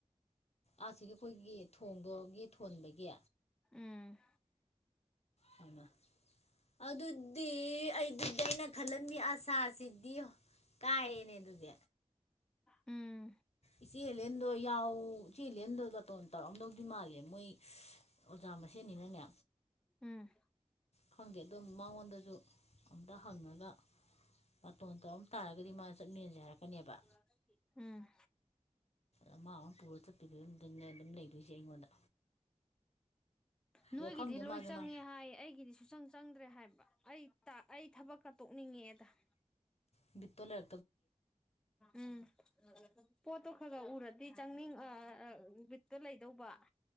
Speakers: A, on the left; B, in the centre.
A: ꯑꯥꯁꯤꯒꯤ ꯑꯩꯈꯣꯏꯒꯤ ꯊꯣꯡꯗꯣꯒꯤ ꯊꯣꯟꯕꯒꯤ
B: ꯎꯝ
A: ꯍꯥꯏꯃ ꯑꯗꯨꯗꯤ ꯑꯩꯗꯤ ꯑꯩꯅ ꯈꯜꯂꯝꯃꯤ ꯑꯁꯥꯁꯤꯗꯤ ꯀꯥꯏꯔ‌ꯦꯅꯦ ꯑꯗꯨꯗꯤ
B: ꯎꯝ
A: ꯏꯆꯦ ꯍꯦꯂꯦꯟꯗꯣ ꯌꯥꯎ ꯏꯆꯦ ꯂꯦꯟꯗ‌ꯣ ꯕꯥꯇꯣꯟ ꯇꯧꯔꯛꯑꯝꯗꯧꯗꯤ ꯃꯥꯜꯂꯦ ꯃꯣꯏ ꯑꯣꯖꯥ ꯃꯁꯦꯟꯅꯤꯅꯅꯦ
B: ꯎꯝ
A: ꯈꯪꯗꯦ ꯑꯗ‌ꯣ ꯃꯉꯣꯟꯗꯖꯨ ꯑꯝꯇ ꯍꯪꯉꯒ ꯕꯥꯇꯣꯟ ꯇꯧꯔꯝ ꯇꯥꯔꯒꯗꯤ ꯃꯥꯅ ꯆꯠꯃꯤꯟꯅꯁꯦ ꯍꯥꯏꯔꯛꯀꯅꯦꯕ
B: <inaudible> ꯎꯝ
A: ꯑ ꯃꯥ ꯃꯨ ꯄꯨꯔ ꯆꯠꯄꯩ ꯐꯥꯚꯝꯗꯨꯅ‌ꯦ ꯑꯗꯨꯝ ꯂꯩꯗꯣꯏꯖ‌ꯦ ꯑꯩꯉꯣꯟꯗ ꯫
B: ꯅꯣꯏꯒꯤꯗꯤ
A: ꯑꯗꯣ ꯈꯪꯗꯦ
B: ꯂꯣꯏ
A: ꯃꯥꯁꯨ
B: ꯆꯪꯉꯦ
A: ꯃꯥ
B: ꯍꯥꯏ ꯑꯩꯒꯤꯗꯤ ꯁꯨꯨꯆꯪ ꯆꯪꯗ꯭ꯔꯦ ꯍꯥꯏꯕ ꯑꯩ ꯇ ꯑꯎ ꯊꯕꯛꯀ ꯇꯣꯛꯅꯤꯡꯉ‌ꯦꯑꯦꯗ ꯫
A: ꯕꯤꯠꯇ‌ꯣ ꯂꯩꯔꯛ
B: ꯎꯝ ꯄꯣꯠꯇꯣ ꯈ꯭ꯔ ꯈ꯭ꯔ ꯎꯔ ꯗꯤ ꯆꯪꯅꯤꯡ ꯑ ꯑ ꯕꯤꯠꯇꯣ ꯂꯩꯗꯧꯕ ꯫